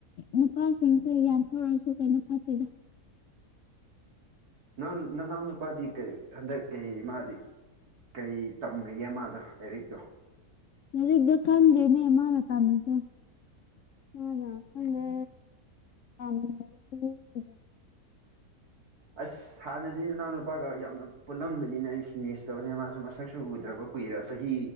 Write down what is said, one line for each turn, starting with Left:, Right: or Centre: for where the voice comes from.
Left: ꯅꯨꯄꯥꯁꯤꯡꯁꯦ ꯌꯥꯟꯊꯣꯔꯁꯨ ꯀꯩꯅꯣ ꯐꯠꯇꯦꯗ
Right: ꯅꯪ ꯅꯅꯥꯎꯅꯨꯄꯥꯗꯤ ꯀꯩ ꯍꯟꯗꯛ ꯀꯩ ꯃꯥꯗꯤ ꯀꯩ ꯇꯝꯔꯤꯒꯦ ꯃꯥꯗꯣ ꯂꯥꯏꯔꯤꯛꯇꯣ
Left: ꯂꯥꯏꯔꯤꯛꯂꯣ ꯈꯪꯗꯦꯅꯦ ꯃꯥꯅ ꯇꯥꯝꯔꯤꯗꯣ ꯃꯥꯅ ꯈꯪꯗ ꯇꯝꯂꯤꯗꯣ <unintelligible>
Right: ꯑꯁ ꯍꯥꯟꯅꯗꯤ ꯅꯅꯥꯎꯅꯨꯄꯥꯒ ꯌꯥꯝꯅ ꯄꯨꯜꯂꯝꯕꯅꯤꯅ ꯑꯩꯁꯦ ꯃꯤꯁ ꯇꯧꯅꯤ ꯃꯥꯁꯨ ꯃꯁꯛꯁꯨ ꯎꯗ꯭ꯔꯕ ꯀꯨꯏꯔ ꯆꯍꯤ